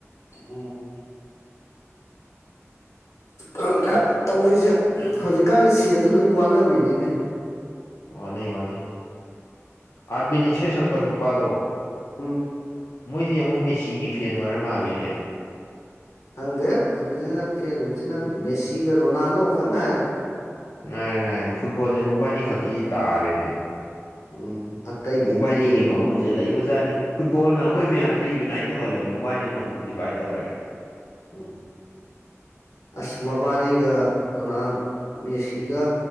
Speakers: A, on the left (about 80°); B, on the left (about 70°).
A: ꯎꯝ ꯈꯪꯗ꯭ꯔꯦ ꯇꯧꯔꯤꯁꯦ ꯍꯧꯖꯤꯛꯀꯥꯟꯗꯤ ꯁꯦꯟꯁꯨ ꯂꯣꯏ ꯋꯥꯅꯕꯩꯅꯤꯅꯦ
B: ꯋꯥꯅꯤ ꯋꯥꯅꯤ ꯑꯥꯔꯕꯤꯟ ꯏꯁꯩ ꯁꯛꯄ ꯅꯨꯄꯥꯗꯣ
A: ꯑꯥ
B: ꯃꯣꯏꯗꯤ ꯑꯃꯨꯛ ꯃꯦꯁꯤꯒꯤ ꯐꯦꯟ ꯑꯣꯏꯔ ꯃꯥꯜꯂꯦꯅꯦ
A: ꯈꯪꯗꯦ ꯑꯗꯨꯁꯤꯅ ꯐꯦꯁꯕꯨꯛꯁꯤꯅ ꯃꯦꯁꯤꯒ ꯔꯣꯅꯥꯜꯗꯣ ꯈꯪ ꯉꯥꯏꯔꯦ
B: ꯉꯥꯏ ꯉꯥꯏ ꯐꯨꯠꯕꯣꯜꯁꯦ ꯃꯣꯕꯥꯏꯅꯤ ꯈꯛꯀꯤ ꯇꯥꯔꯦꯅꯦ
A: ꯎꯝ ꯑꯇꯩꯈꯩꯗꯤ
B: ꯎꯄꯥꯥꯏꯅꯤꯒꯤ
A: ꯅꯣ
B: ꯃꯒꯨꯟꯁꯦ ꯂꯩꯕꯖꯥꯠꯅꯤ ꯐꯨꯠꯕꯣꯜꯅ ꯑꯩꯈꯣꯏ ꯃꯌꯥꯝꯁꯦ ꯌꯨꯅꯥꯏꯠ ꯇꯧꯍꯜꯂꯦ ꯃꯣꯕꯥꯏꯅꯤꯅ ꯑꯃꯨꯛ ꯗꯤꯚꯥꯏꯠ ꯇꯧꯔꯦ
A: ꯎꯝ ꯑꯁ ꯃꯕꯥꯅꯤꯒ ꯔꯣꯅꯥꯜ ꯃꯦꯁꯤꯒ